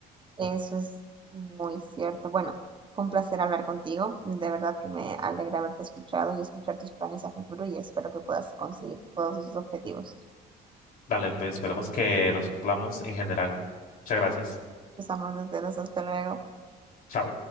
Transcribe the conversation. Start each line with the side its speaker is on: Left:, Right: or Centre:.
Right: Eso es muy cierto. Bueno, fue un placer hablar contigo. De verdad que me alegra haberte escuchado y escuchar tus planes a futuro y espero que puedas conseguir todos tus objetivos.
Left: Dale, pues esperemos que los cumplamos en general. Muchas gracias.
Right: Cruzamos los dedos. Hasta luego.
Left: Chao.